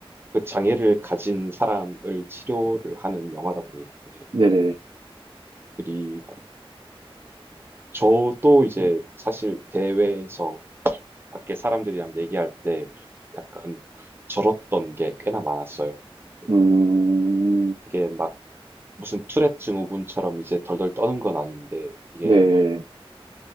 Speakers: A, on the right (about 25°); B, on the right (about 60°).
A: 그 장애를 가진 사람을 치료를 하는 영화다 보니까는
B: 네네,
A: 그리고 저도 이제 사실 대회에서 밖에 사람들이랑 얘기할 때 약간 절었던 게 꽤나 많았어요. 그-
B: 음,
A: 이게 막 무슨 투렛 증후군처럼 이제 덜덜 떠는 건 아닌데 이게
B: 네,